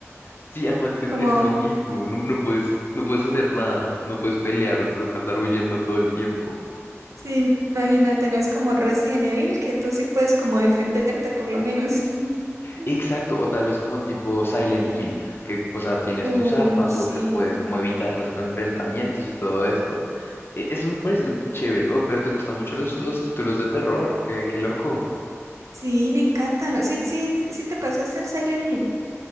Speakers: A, on the left; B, on the right.
A: Sí, además que es,
B: Como,
A: es eso mismo, no, no puedes, no puedes hacer nada, no puedes pelear, te toca estar huyendo todo el tiempo.
B: sí, imagínate, no es como Resident Evil, que tú sí puedes como defenderte por lo menos. <laughs>
A: Exacto, o tal vez como tipo Silent Hill, que, o sea, tienes
B: Uy,
A: tus armas
B: sí,
A: o que puedes como evitar los enfrentamientos y todo esto. E- Eso me parecen chéveres, oh, pero te gustan mucho los, los títulos de terror, qué, qué loco.
B: sí, me encantan. Sí, sí, sí sí te pasaste el Silent Hill